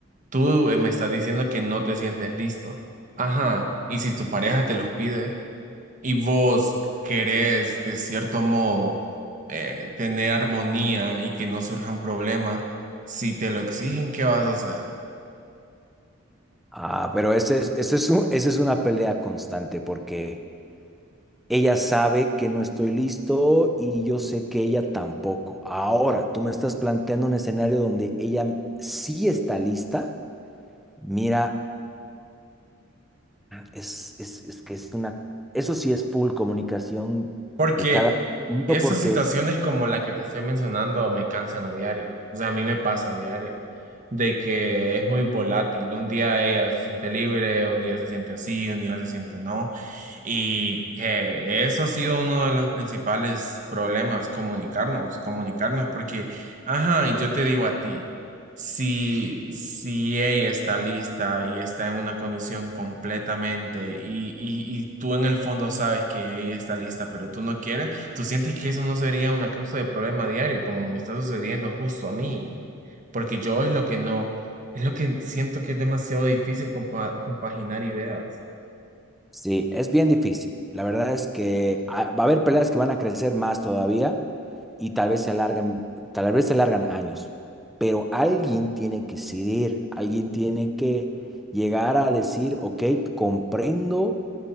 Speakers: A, on the right (about 35°); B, in the centre.
A: Tú eh, me estás diciendo que no te sientes listo. Ajá, y si tu pareja te los pide y vos querés, de cierto modo, eh, tener armonía y que no surjan problemas, si te lo exigen, ¿qué vas a hacer?
B: Ah, pero ese es, ese es un- esa es una pelea constante porque ella sabe que no estoy listo y yo sé que ella tampoco. Ahora, tú me estás planteando un escenario donde ella sí está lista. Mira, es, es, es que es una, eso sí es full comunicación
A: Porque
B: de cada punto
A: esas
B: porque
A: situaciones como la que te estoy mencionando me cansan a diario. O sea, a mí me pasa a diario. De que es muy volátil. Un día ella se siente libre, un día se siente así, un día se siente no. Y que eso ha sido uno de los principales problemas, comunicarnos, comunicarnos. Porque, ajá, y yo te digo a ti si, si ella está lista y está en una condición completamente y, y, y tú en el fondo sabes que ella está lista, pero tú no quieres, tú sientes que eso no sería una causa de problema diario, como me está sucediendo justo a mí, porque yo es lo que no, es lo que siento que es demasiado difícil compa- compaginar ideas.
B: Sí, es bien difícil. La verdad es que ah, va a haber peleas que van a crecer más todavía y tal vez se alargan, tal vez se alargan años. Pero alguien tiene que ceder, alguien tiene que llegar a decir, ok, comprendo